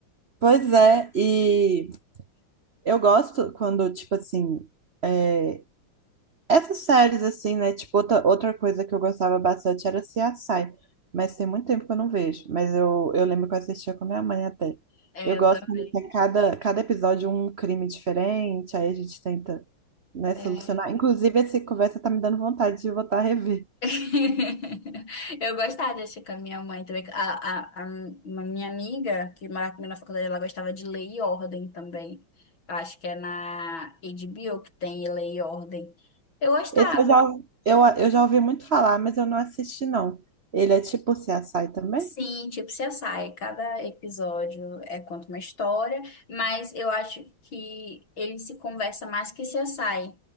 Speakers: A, on the right (about 50°); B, on the left (about 65°).
A: Pois é, e eu gosto quando, tipo assim, é, Essas séries, assim, né? Tipo, outra, outra coisa que eu gostava bastante era CSI. Mas tem muito tempo que eu não vejo. Mas eu, eu lembro que eu assistia com a minha mãe até.
B: É,
A: Eu gosto
B: eu também.
A: quando tem cada, cada episódio um crime diferente, aí a gente tenta, né,
B: É.
A: solucionar. Inclusive, essa conversa tá me dando vontade de voltar a rever.
B: <laughs> Eu gostava de assistir com a minha mãe também. A, a, a uma minha amiga, que morava comigo na faculdade, ela gostava de Lei e Ordem também. Eu acho que é na HBO que tem Lei e Ordem. Eu gostava.
A: Esse eu já, eu, eu já ouvi muito falar, mas eu não assisti, não. Ele é tipo CSI também?
B: Sim, tipo CSI, cada episódio é conta uma história, mas eu acho que ele se conversa mais que CSI.